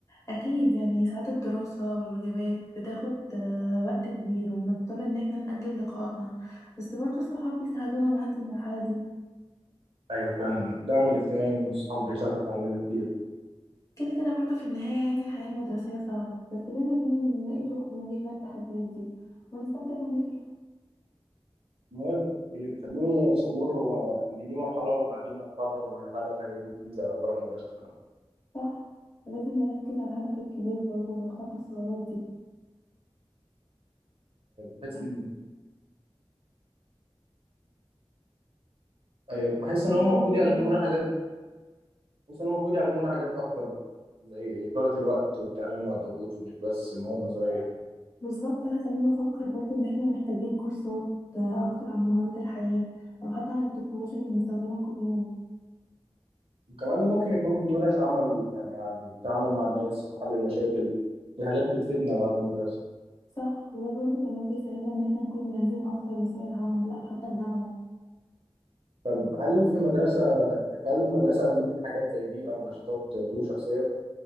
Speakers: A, on the left; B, on the right.
A: أكيد يعني ساعات الدراسة والواجبات بتاخد آه، وقت كبير وبنضطر إن احنا نأجل لقاءاتنا بس برضو الصحاب بيساعدونا نعدي المرحلة دي
B: أيوه فعلا الدعم الاجتماعي من الصحاب بيخفف عننا كتير
A: كده كده برضو في النهاية يعني الحياة المدرسية صعبة بس لازم يعني نلاقي طرق نواجه بيها التحديات دي ونستمتع باللي فيها
B: موافق اللي بيخليني صبور هو إن دي مرحلة وبعدين هتخرج وهنتعلم حاجات جديدة بره المدرسة
A: صح ولازم نركز على الهدف الكبير برضه ونتخطى الصعوبات دي
B: بحس إن أيوه بحس
A: عارف
B: إن هم
A: بتقول
B: المفروض يعلمونا
A: ايه
B: حاجات بس أنا المفروض يعلمونا حاجات أكتر زي إدارة الوقت والتعامل مع الضغوط مش بس مواد نظرية
A: بالظبط انا كمان بفكر برضه ان احنا محتاجين كورسات آه، اكتر عن مهارات الحياة او حتى عن التكنولوجيا اللي بنستخدمها كل يوم
B: وكمان ممكن يكون في ورش عمل يعني عن التعامل مع الناس وحل المشاكل دي حاجات بتفيدنا بعد المدرسة
A: صح وده برضه كمان بيساعدنا ان احنا نكون جاهزين اكتر لسوق العمل او حتى الجامعة
B: طب هل في المدرسة هل المدرسة قدمت لك حاجات زي دي أو نشاطات تطوير شخصية؟